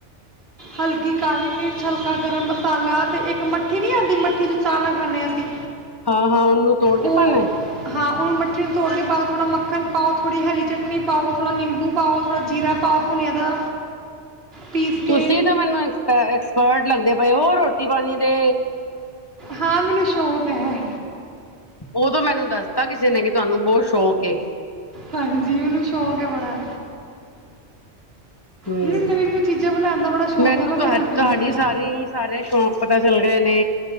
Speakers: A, on the right; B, on the left.
A: ਹਲਕੀ ਕਾਲੀ ਮਿਰਚ, ਹਲਕਾ ਗਰਮ ਮਸਾਲਾ ਤੇ ਇੱਕ ਮੱਠੀ ਨੀ ਆਉਂਦੀ, ਮੱਠੀ ਚ ਚਾਹ ਨਾਲ ਖਾਣੇ ਹਾਂ ਅਸੀਂ
B: ਹਾਂ ਹਾਂ ਉਹਨੂੰ ਤੋੜ
A: ਉਹ
B: ਕੇ ਪਾਉਣਾ ਹੈ
A: ਮਿੱਠੀ ਨੂੰ ਤੋੜ ਕੇ ਪਾਓ, ਥੋੜਾ ਮੱਖਣ ਪਾਓ, ਥੋੜੀ ਹਰੀ ਚਟਣੀ ਪਾਓ, ਥੋੜਾ ਨਿੰਬੂ ਪਾਓ, ਥੋੜਾ ਜੀਰਾ ਪਾਓ ਪੁੁਣਿਆ ਦਾ ਪੀਸ
B: ਤੁਸੀਂ
A: ਕੇ
B: ਤਾਂ ਮੈਨੂੰ ਐਪ ਐਕਸਪਰਟ ਲੱਗਦੇ ਪਏ ਹੋ ਰੋਟੀ ਪਾਣੀ ਦੇ।
A: ਹਾਂ, ਮੈਨੂੰ ਸ਼ੌਕ ਹੈ।
B: ਉਦੋਂ, ਮੈਨੂੰ ਦੱਸ। ਦਿੰਤਾ। ਕਿਸੇ ਨੇ ਕਿ ਤੁਹਾਨੂੰ ਬਹੁਤ ਸ਼ੌਕ ਏ
A: ਹਾਂਜੀ ਮੈਨੂੰ ਸ਼ੌਂਕ ਹੈ ਬੜਾ
B: ਹੂੰ,
A: ਮੈਨੂੰ ਨਵੀ- ਨਵੀਂ ਚੀਜ਼ਾਂ ਬਣਾਉਣ ਦਾ ਬੜਾ ਸ਼ੌਂਕ
B: ਮੈਨੂੰ
A: ਹੈ ਮੈਂ
B: ਤੁਹਾ
A: ਬਣਾ ਲੈਂਦੀ
B: ਤੁਹਾਡੀ
A: ਹਾਂ
B: ਸਾਰੀ ਸਾਰੇ ਸ਼ੌਕ ਪਤਾ ਚੱਲ ਗਏ ਨੇ।